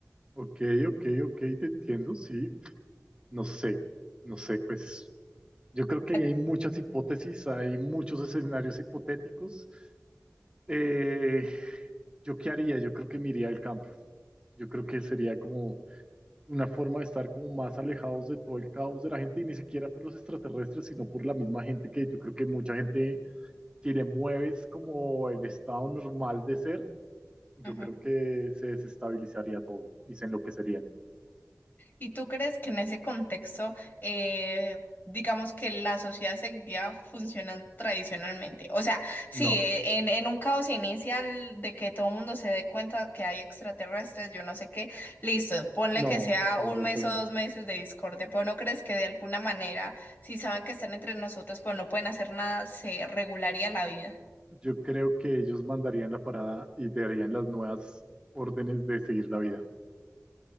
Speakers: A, on the right; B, on the left.
A: ok, ok, ok, te entiendo. Sí, no sé, no sé, pues yo creo que
B: Ah,
A: ahí hay muchas hipótesis, hay muchos escenarios hipotéticos. Eh, ¿yo qué haría? Yo creo que me iría al campo. Yo creo que sería como una forma de estar como más alejados de todo el caos de la gente y ni siquiera por los extraterrestres, sino por la misma gente que yo creo que mucha gente que le mueves como el estado normal de ser, yo
B: Ujú.
A: creo que se desestabilizaría todo y se enloquecerían.
B: ¿Y tú crees que en ese contexto, eh, digamos que la sociedad seguiría funcionando tradicionalmente? O sea, sí,
A: No,
B: eh, en, en un caos inicial de que todo el mundo se dé cuenta que hay extraterrestres, yo no sé qué, listo, ponle
A: no,
B: que sea
A: sí,
B: un
A: exacto,
B: mes
A: no.
B: o dos meses de discordia, pero ¿no crees que de alguna manera, si saben que están entre nosotros, pero no pueden hacer nada, se regularía la vida?
A: Yo creo que ellos mandarían la parada y darían las nuevas órdenes de seguir la vida.